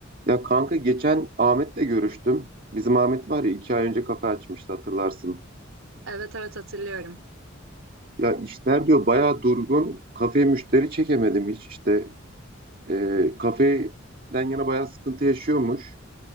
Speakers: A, on the right; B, on the right.
A: Ya kanka geçen Ahmet'le görüştüm. Bizim Ahmet var ya iki ay önce kafe açmıştı hatırlarsın.
B: Evet evet hatırlıyorum.
A: Ya işler diyor bayağı durgun. Kafeye müşteri çekemedim hiç işte. Ee, kafeden yana bayağı sıkıntı yaşıyormuş.